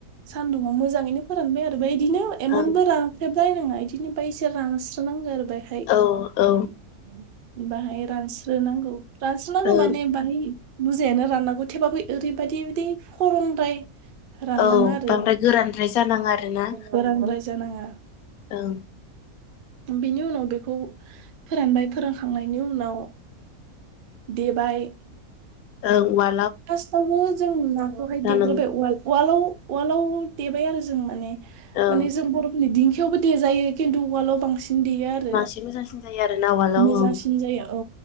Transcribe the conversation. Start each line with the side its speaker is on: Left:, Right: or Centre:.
Right: सानदुङाव मोजाङैनो फोरानबाय आरो बै बिदिनो इमानबो
Left: ओं
Right: रांख्रेब लायनांया इदिनो ओमफ्राय एसे रानस्रो नांगौ आरो बैहाय
Left: औ औ
Right: <unintelligible> बाङाय रानस्रोनांगौ रानस्रोनांगौ
Left: ओं
Right: माने बाङाइ बुरजायानो राननांगौ थेबाबो ओरैबायदि बिदि खरंद्राय राननाङा
Left: औ
Right: आरो
Left: बांद्राय गोरानद्राय जानाङा आरो ना
Right: गोरानद्राय जानाङा
Left: औ।
Right: बेनि उनाव बेखौ फोरानबाय फोरानखांनायनि उनाव देबाय
Left: औ उवा
Right: फार्स्टआवनो जों नाखौहाय
Left: लानांगौ
Right: देग्रोबाय उवाल उवालाव उवालाव देबाय आरो जों माने
Left: ओं
Right: माने जों बर'फोरनि दिं खियावबोे देजायो खिनथु उवालाव बांसिन देयो आरो
Left: बांसिन मोजांसिन जायो आरोना उवालाव
Right: मोजांसिन
Left: ओं
Right: जायो। औ।